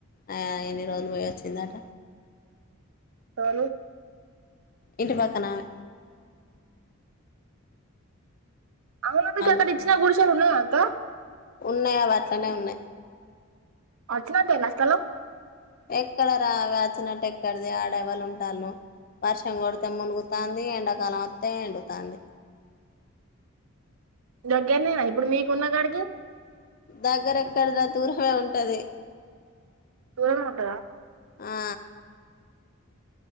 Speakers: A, on the left; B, on the right.
A: అమే ఇన్ని రోజులు పోయి వచ్చిందట
B: ఎవరు
A: ఇంటిపాక్కనామె
B: అవునా మీకు
A: అగు
B: అక్కడ ఇచ్చిన గుడిషాలు ఉన్నాయా అక్క
A: ఉన్నాయి అవట్లనే ఉన్నాయి
B: అచినట్టేనా స్థలం
A: ఎక్కడ రా అవి అచ్చినట్టు ఎక్కడిది అక్కడ ఎవరు ఉంటలు వర్షం కొడితే మునుగుతంది ఎండాకాలం వస్తే ఎండుతంది
B: దగ్గరనేనా ఇప్పుడు మీకున్న కాడికి
A: దగ్గరెక్కడదీర దూరమే ఉంటది
B: దూరమే ఉంటదా
A: ఆ